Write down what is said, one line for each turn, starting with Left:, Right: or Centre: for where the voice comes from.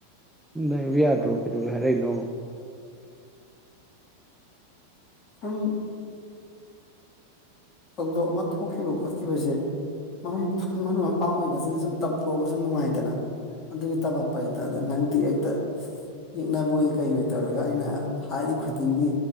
Centre: ꯂꯩꯌꯨ ꯌꯥꯗ꯭ꯔꯣ ꯀꯩꯗꯧꯕꯩ ꯍꯥꯏꯔꯛꯏꯅꯣ
Left: ꯁꯨꯝ ꯊꯧꯗꯣꯛ ꯑꯃ ꯊꯣꯛꯈꯤꯕ ꯈꯣꯠꯈꯤꯕꯖꯦ ꯃꯔꯨꯞ ꯃꯔꯨꯞ ꯃꯄꯥꯡ ꯑꯣꯏꯕꯖꯤꯜꯗ ꯁꯨꯝ ꯇꯝꯊꯣꯛꯄꯖꯨ ꯅꯨꯡꯉꯥꯏꯗꯅ ꯑꯗꯨꯒꯤ ꯇꯝꯃꯛꯄꯅꯤꯗ ꯑꯗ ꯅꯪꯗꯤ ꯍꯦꯛꯇ ꯌꯦꯛꯅꯕꯣꯏ ꯀꯩꯕꯣꯏ ꯇꯧꯔꯒ ꯑꯩꯅ ꯍꯥꯏꯔꯤ ꯈꯨꯗꯤꯡꯒꯤ